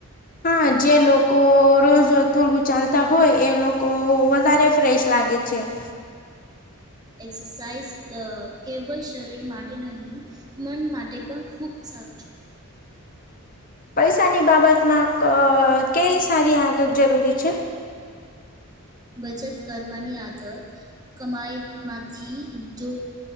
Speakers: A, on the left (about 35°); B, on the right (about 15°).
A: હા. જે લોકો રોજ થોડું ચાલતા હોય એ લોકો વધારે ફ્રેશ લાગે છે. <inaudible>
B: એક્સરસાઇઝ ક કેવલ શરીર માટે નહીં મન માટે પણ ખુબ સારું છે.
A: પૈસાની બાબતમાં ક કંઈ સારી આદત જરૂરી છે?
B: બચત કરવાની આદત કમાઈમાંથી જો